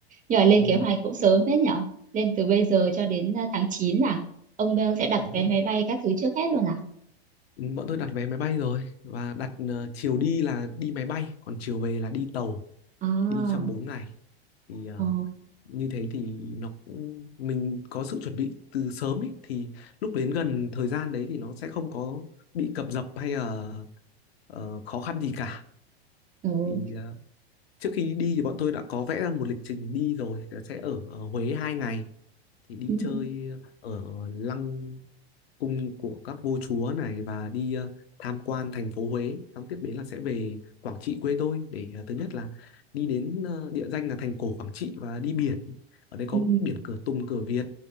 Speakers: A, on the right; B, on the left.
A: Nhưng lên
B: ừ.
A: kế hoạch cũng sớm phết nhở. Lên từ bây giờ cho đến ờ, tháng 9 là ông ờ, sẽ đặt
B: đúng
A: vé
B: rồi.
A: máy bay các thứ trước hết luôn à?
B: Ừ, bọn tôi đặt vé máy bay rồi và đặt ờ, chiều đi là đi máy bay còn chiều về là đi tàu
A: À,
B: đi trong bốn ngày thì ờ,
A: ờ,
B: như thế thì nó cũng- mình có sự chuẩn bị từ sớm ý, thì lúc đến gần thời gian đấy thì nó sẽ không có bị cập dập hay là ờ, khó khăn gì cả
A: ừ,
B: thì ờ, trước khi đi thì bọn tôi đã có vẽ ra một lịch trình đi rồi sẽ ở, ở Huế 2 ngày thì đi
A: ừ,
B: chơi ở lăng cung của các vua chúa này và đi ờ, tham quan thành phố Huế xong tiếp đến là sẽ về Quảng Trị quê tôi để ờ, thứ nhất là đi đến ờ, địa danh là thành cổ Quảng Trị và đi biển ở đây có
A: ừ,
B: biển cửa Tùng cửa Việt